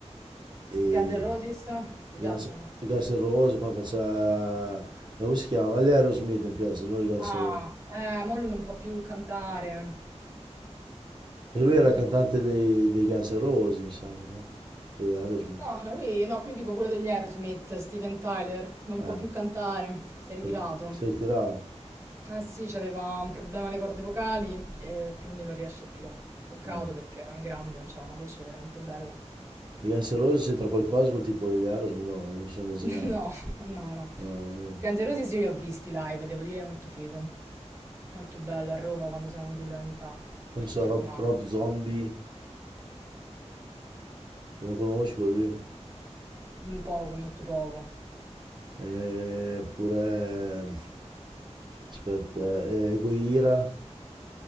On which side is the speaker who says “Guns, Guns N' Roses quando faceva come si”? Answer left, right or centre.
Right